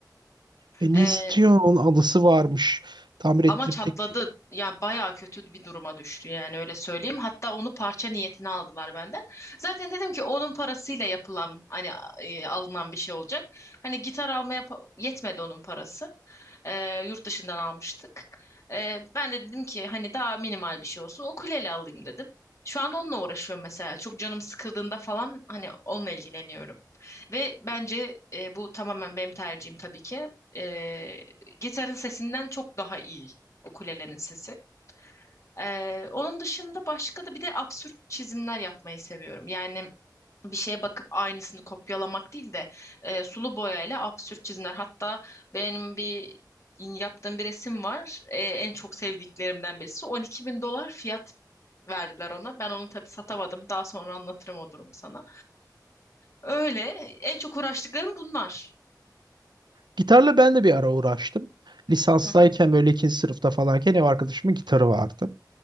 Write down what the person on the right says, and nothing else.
E niye
satıyorsun? Onun alısı varmış. Tamir ettirip
tek.
Gitarla ben de bir ara uğraştım. Lisanstayken
böyle ikinci sınıfta falanken ev arkadaşımın gitarı vardı.